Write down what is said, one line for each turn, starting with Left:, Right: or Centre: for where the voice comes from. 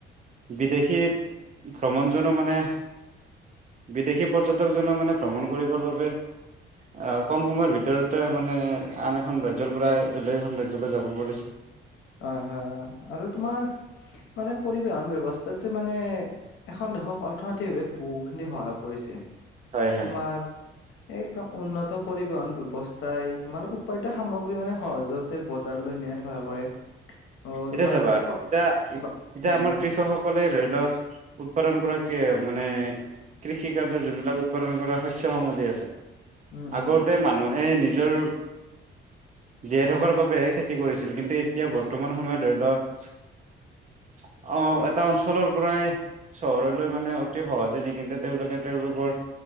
Right: বিদেশী ভ্ৰমণ জো মানে বিদেশী পৰ্যটকজনে মানে ভ্ৰমণ কৰিবৰ বাবে অ কম সময়ৰ ভিতৰতে মানে আন এখন ৰাজ্যৰ পৰাই বেলেগ এখন ৰাজ্যয ৰাজলৈ যাব বুলিছে
Left: হয় হয় আৰু তোমাৰ মানে পৰিবহন ব্যৱস্থা মানে এখন দেশক অৰ্থনৈতিকভাৱে বহুখিনি সহায় কৰিছে
Right: হয় হয়
Left: তোমাৰ এ একদম উন্নত পৰিবহন ব্ৱস্থা এই তোমাৰ উপায়িত সামগ্ৰী মানে সহজতে বজাৰ লৈ নে সহায় কৰে অ'
Right: এতিয়া
Left: তোমাৰ
Right: চাবা
Left: ফ-
Right: এতিয়া
Left: বা
Right: এতিয়া
Left: উম,
Right: আমাৰ কৃষকসকলে উৎপাদন কৰা মানে কৃষি কাৰ্য যোন বিলাক উৎপাদন কৰা শস্যসমূহ যে আছে
Left: উম,
Right: আগতে
Left: উম।
Right: মানুহে নিজৰ জীয়াই থকাৰ বাবেহে খেতি কৰিছিল কিন্তু এতিয়া বৰ্তমান সময়ত ধৰি লও হয় অ এটা অঞ্চলৰ পৰাই চহৰলৈ মানে অতি সহজে নি কিন্তু তেওঁলোকে তেওঁলোকৰ